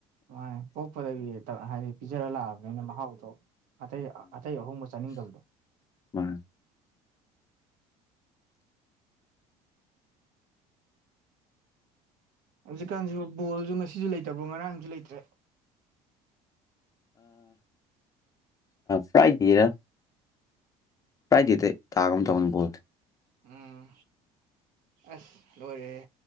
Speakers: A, on the right (about 75°); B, on the left (about 25°).
A: ꯃꯥꯥꯏ ꯄꯣꯛꯄꯗꯒꯤ ꯍꯥꯏꯗꯤ ꯄꯤꯖꯔ ꯂꯥꯛꯑꯕꯅꯤꯅ ꯃꯍꯥꯎꯗꯣ ꯑꯇꯩ ꯑꯇꯩ ꯑꯍꯣꯡꯕ ꯆꯥꯅꯤꯡꯗꯕꯗꯣ
B: ꯑ
A: ꯍꯧꯖꯤꯛꯀꯥꯟꯁꯨ ꯕꯣꯜꯁꯨ ꯉꯁꯤꯁꯨ ꯂꯩꯇꯕ꯭ꯔꯣ ꯉꯔꯥꯡꯁꯨ ꯂꯩꯇ꯭ꯔꯦ
B: ꯐ꯭ꯔꯥꯏꯗꯤꯔ ꯇ꯭ꯔꯥꯏꯗꯤꯇ ꯇꯥꯒꯝ ꯇꯧꯉꯅꯤꯕꯣꯗꯤ <unintelligible>
A: ꯎꯝ ꯑꯁ ꯂꯣꯏꯔꯦꯦ